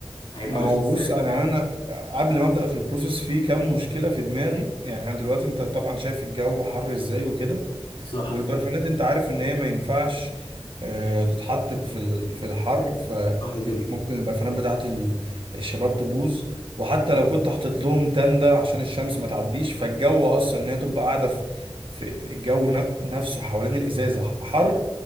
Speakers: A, on the left (about 65°); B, on the right (about 60°).
A: هيبقى
B: ما
A: ماشي
B: هو
A: ازاي
B: بص انا انا قبل ما ابدا في البروسيس في كام مشكله في دماغي يعني انا دلوقتي انت طبعا شايف الجو حر ازاي وكده
A: صح
B: والبرفانات انت عارف ان هي ما ينفعش آه، تتحط في ال- في الحر ف
A: صح جدا
B: يعني ممكن البرفانات بتاعت ال- الشباب تبوظ وحتى لو كنت حاطط لهم تندة عشان الشمس ما تعديش فالجو اصلا ان هي تبقى قاعدة في في الجو ن- نفسه حوالين الازازة حر